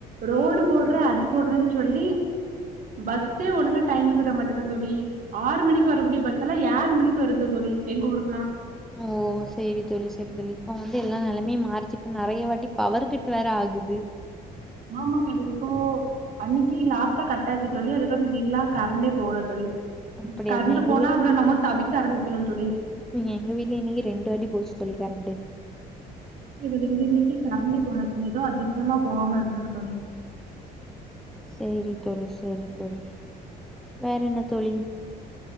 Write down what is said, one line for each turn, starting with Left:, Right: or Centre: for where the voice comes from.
Right: ரோடு போட்றே அது போட்றேன் சொல்லி பஸ்ஸே ஒழுங்கா டைமுக்கு விட மாட்டுங்கா தோழி ஆறு மணிக்கு வரக்கூடிய பஸ்ஸெல்லா ஏழு மணிக்கு வருது தோழி எங்க ஊருக்கல்லா
Centre: ஓ ஓ செரி தோழி செரி தோழி இப்ப வந்து எல்லா நெலமயு மாறுச்சு இபப நெறைய வாட்டி பவர் கட்டு வேற ஆகுது
Right: ஆமா தோழி இப்போ அன்னக்கி லாஸ்ட்டா கட்டாச்சு தோழி அதுக்கப்றோ இன்னைக்குல்லா கரண்டே போகல தோழி
Centre: அப்டியா
Right: கரண்டு
Centre: தோழி எங்க
Right: போனா அப்றோ நம்ம தவிக்க ஆரம்பிச்சிருவொ தோழி
Centre: இன்னக்கி எங்க வீட்ல இன்னக்கி ரெண்டு வாட்டி போச்சு தோழி கரண்டு
Right: இங்க இன்னக்கி கரண்டே போல தோழி ஏதோ அதிஸ்யமா
Centre: ம்
Right: போவாம இருந்துருக்கு தோழி
Centre: சேரி தோழி சேரி தோழி வேறென்ன தோழி